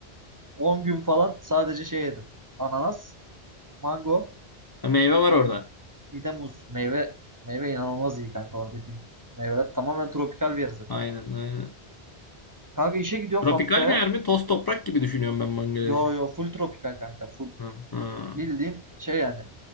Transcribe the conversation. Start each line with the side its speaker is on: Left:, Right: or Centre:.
Right: 10 gün falan sadece şey yedim. Ananas, mango,
Left: Ha, meyve var orada.
Right: bir de muz. Meyve meyve inanılmaz iyi kanka oradaki meyveler. Tamamen tropikal bir yer zaten.
Left: Aynen aynen.
Right: Kanka işe gidiyorum
Left: Tropikal
Right: fabrikaya.
Left: bir yer mi? Toz toprak gibi düşünüyorum ben Bangladeş'i.
Right: Yo yo full tropikal kanka. Full.
Left: Ha, ha.
Right: Bildiğin şey yani.